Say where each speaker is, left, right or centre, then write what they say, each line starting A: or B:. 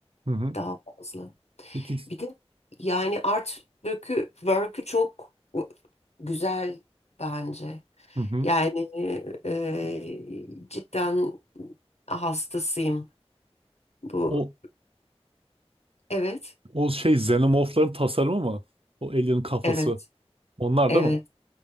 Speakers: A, on the right (about 60°); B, on the left (about 85°).
A: Hı hı.
B: daha fazla.
A: Peki.
B: Bir de yani art work'ü work'ü çok güzel bence.
A: Hı hı.
B: Yani e, cidden hastasıyım. Bu
A: O
B: evet,
A: o şey Xenomorph'ların tasarımı mı? O alien kafası.
B: evet,
A: Onlar
B: evet,
A: değil mi?